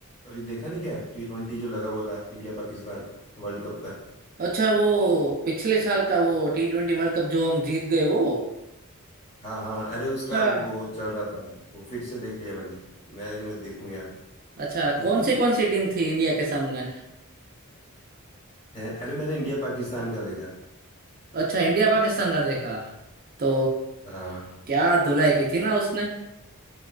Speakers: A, on the left (about 30°); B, on the right (about 40°).
A: अभी देखा नहीं क्या टी ट्वेंटी जो लगा हुआ था इंडिया पाकिस्तान वर्ल्ड कप का
B: अच्छा वो पिछले साल का वो टी ट्वेंटी वर्ल्ड कप जो हम जीत गए वो
A: हाँ हाँ अरे उसका
B: अच्छा
A: वो चल रहा था वो फिर से देख लिया मैंने मैं कि मैं देखूं यार
B: अच्छा
A: <laughs>
B: कौन से कौन सी टीम थी इंडिया के सामने
A: है अरे मैंने इंडिया पाकिस्तान का देखा
B: अच्छा इंडिया पाकिस्तान का देखा तो
A: हाँ
B: क्या धुलाई की थी ना उसने